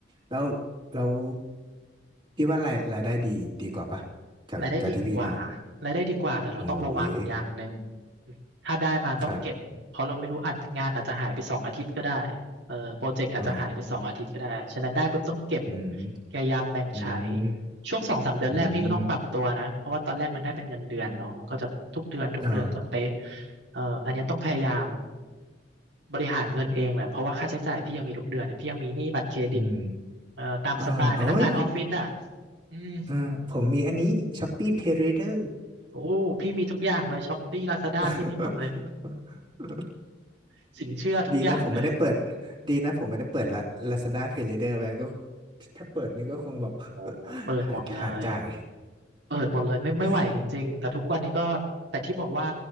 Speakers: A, on the right; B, on the right.
A: แล้วแล้วพี่ว่ารายรายได้ดีดีกว่าปะจากจากที่พี่มา
B: รายได้ดีกว่ารายได้ดีกว่าแต่เราต้องระวังอย่างหนึ่ง
A: โอ้ย
B: ถ้าได้มาต้องเก็บเพราะเราไม่รู้อัดงานอาจจะหายไปสองอาทิตย์ก็ได้
A: ครับ
B: เออโปรเจกต์อาจจะหายไปสองอาทิตย์ก็ได้ฉะนั้นได้ปุ๊บต้องเก็บ
A: อ๋ออืม
B: พยายามแบ่งใช้
A: อืม
B: ช่วงสองสามเดือนแรกพี่ก็ต้องปรับตัวนะเพราะว่าตอนแรกมันได้เป็นเงินเดือนเนาะมันก็จะทุกเดือนทุกเดือนก็เป๊ะ
A: อืมเออ
B: เอออันเนี้ยต้องพยายามบริหารเงินเองแหละเพราะว่าค่าใช้จ่ายพี่ยังมีทุกเดือนเนี่ยพี่ยังมีหนี้บัตรเครดิต
A: อืม
B: เออตามสไตล์พนักงานออฟฟิศอ่ะ
A: เออเอ้ย
B: อืม
A: เออผมมีอันนี้ Shopee Pay Later
B: โอ้พี่มีทุกอย่างเลยช้อปปี้ลาซาด้าพี่มีหมดเลย
A: <laughs>
B: <laughs> สินเชื่อทุกอย่างเลย
A: ดีนะผมไม่ได้เปิดดีนะผมไม่ได้เปิดละ Lazada Pay Later ไว้ก็ถ้าเปิดนี่ก็คงแบบ
B: โอ้เปิดหมดเลย
A: <laughs> หาหาจ่าย
B: เปิดหมดเลยไม่ไม่ไหวจริงๆแต่ทุกวันนี้ก็แต่ที่บอกว่า
A: <laughs>